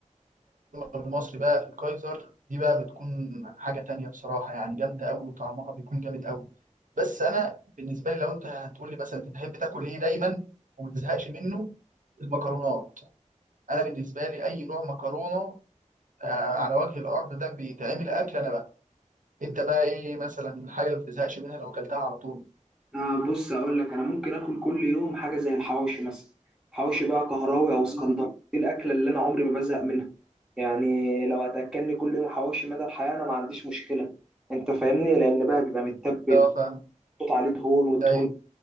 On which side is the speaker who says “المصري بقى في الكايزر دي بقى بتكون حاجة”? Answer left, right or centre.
Right